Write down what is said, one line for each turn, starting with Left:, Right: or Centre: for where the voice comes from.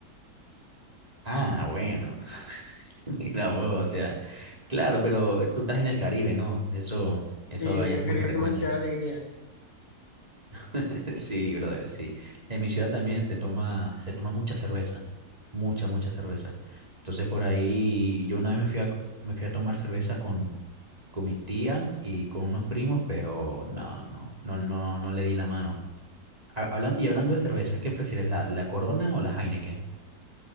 Right: Ah, bueno. <laughs> <laughs> Mira vos, o sea, claro, pero tú estás en el Caribe, ¿no? Eso, eso
Left: Y
Right: allá
Left: el
Right: es muy
Left: Caribe
Right: frecuente.
Left: es demasiada alegría.
Right: <laughs> Sí, brother, sí. En mi ciudad también se toma, se toma mucha cerveza, mucha, mucha cerveza. Entonces por ahí yo una vez me fui a, co- me fui a tomar cerveza con, con mi tía y con unos primos, pero no, no, no, no, no le di la mano. Hablando, y hablando de cervezas, ¿qué prefieres, la, la Corona o la Heineken?